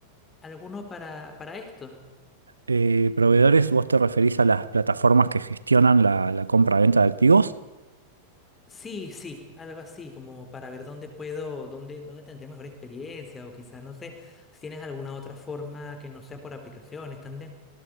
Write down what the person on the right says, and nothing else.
Eh, proveedores, ¿vos te referís a las plataformas que gestionan la, la compra-venta de activos?